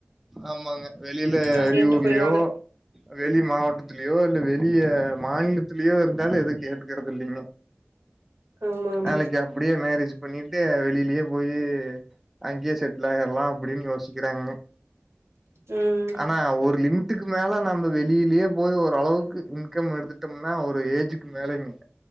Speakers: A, in the centre; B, on the right.
A: ஆமாங்க வெளியில
B: அப்டின்ட்டு
A: வெளியூர்லயோ
B: போயிருவாங்க
A: வெளி மாவட்டத்திலியோ இல்ல வெளிய மாநிலத்திலியோ இருந்தாலு எது கேட்டுக்கறது இல்லிங்க
B: ஆமா ஆமா
A: வேலைக்கா அப்டியே மேரேஜ் பண்ணிட்டு வெளியிலியே போயி அங்கியே செட்லாயிறலா அப்டின் யோசி க்கிறாங்க
B: ம்
A: ஆனா ஒரு லிமி இதுக்கு மேல நம்ம வெளியிலியே போய் ஓரளவுக்கு இன்கம் எடுத்துட்டம்னா ஒரு ஏஜுக்கு மேலேங்க